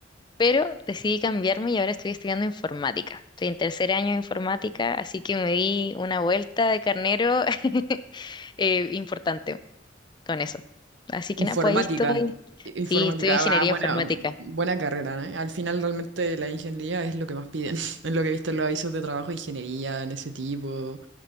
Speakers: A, on the left; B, on the right.
A: pero decidí cambiarme y ahora estoy estudiando informática. Estoy en tercer año de informática, así que me di una vuelta de carnero <laughs> eh, importante con eso. Así que
B: Informática.
A: nada, pues ahí estoy.
B: I- Informática,
A: Sí, estudio ingeniería
B: ah, buena,
A: informática.
B: buena carrera, ¿no? Al final realmente la ingeniería es lo que más piden. <laughs> Es lo que he visto en los avisos de trabajo, ingeniería, en ese tipo.